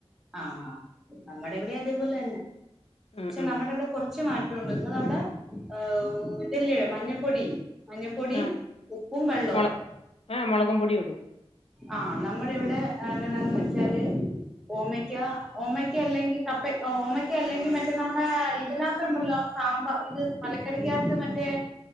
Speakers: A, in the centre; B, on the left (about 70°).
A: ആഹ് ഹാ നമ്മടെ ഇവിടെ അതേപോലെ
B: ഉം
A: ക്ഷെ
B: ഉം
A: നമ്മടെ അവടെ കൊറച്ച് മാ ട്ടുണ്ട് ഇങ്ങളവടെ ഏഹ് ഇതല്ലേ മഞ്ഞപ്പൊടി മഞ്ഞപ്പൊടി
B: ആഹ്
A: ഉപ്പും വെള്ളോം.
B: മുള ആഹ് മൊളകും പൊടിയും ഇടൂ
A: ആ നമ്മടിവിടെ എങ്ങനാന്ന് വച്ചാല് ഓമക്ക ഓമക്ക അല്ലെങ്കിൽ കപ്പ ഓമയ്ക്ക അല്ലെങ്കിൽ മറ്റേ നമ്മുടെ ഇതിനാത്ത ഉണ്ടല്ലോ സാമ്പാ ഇത് മലക്കറിക്കാത്ത് മറ്റേ